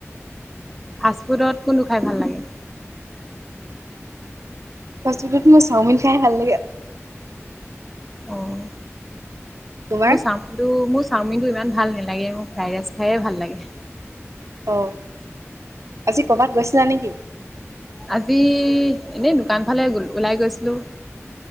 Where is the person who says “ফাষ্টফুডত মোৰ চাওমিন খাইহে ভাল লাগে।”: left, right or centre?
Right